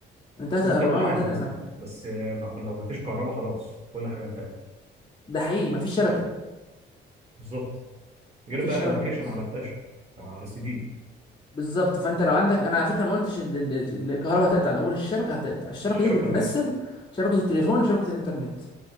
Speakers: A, on the left; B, on the right.
A: انتهت
B: ممكن
A: البرمجه
B: العاب
A: وانتهت
B: مثلا
A: الالعاب
B: بس آه، ما لو ما فيش كهرباء خلاص كل حاجه انتهت
A: ده حقيقي مفيش شبكه
B: بالظبط غير
A: مفيش
B: بقى
A: شبكه
B: ابلكيشن
A: خالص
B: على فلاش او على سي دي
A: بالظبط فانت لو عندك انا على فكره ما قلتش ال- ال- ال- الكهرباء هتقطع انا اقول الشبكه هتقطع الشبكه
B: الشبكه
A: دي بتمثل
B: هتقطع
A: شبكه التليفون وشبكه الانترنت